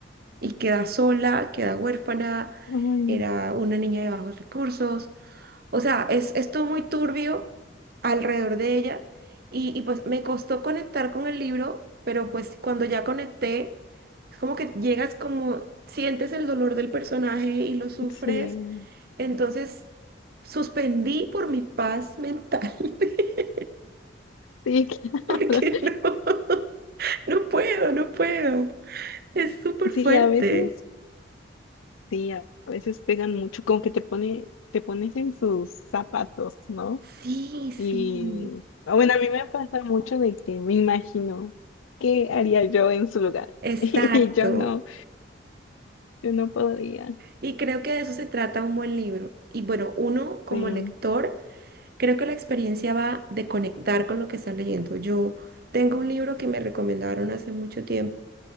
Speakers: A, on the right (about 50°); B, on the left (about 90°).
A: y queda sola, queda huérfana,
B: Ay, no.
A: era una niña de bajos recursos. O sea, es, es todo muy turbio alrededor de ella y, y pues me costó conectar con el libro, pero pues cuando ya conecté, es como que llegas como, sientes el dolor del personaje y lo sufres,
B: Sí,
A: entonces suspendí por mi paz mental, <laughs>
B: sí, <laughs>
A: porque
B: claro.
A: no, <laughs> no puedo, no puedo, es súper fuerte.
B: Sí, a veces, sí, a veces pegan mucho, como que te pone, te pones en sus zapatos, ¿no?
A: Sí,
B: Y
A: sí,
B: ah, bueno, a mí me pasa mucho de que me imagino qué haría yo en su lugar.
A: exacto.
B: <laughs> Y yo no, yo no podría.
A: Y creo que de eso se trata un buen libro. Y bueno, uno como
B: Sí,
A: lector, creo que la experiencia va de conectar con lo que está leyendo. Yo tengo un libro que me recomendaron hace mucho tiempo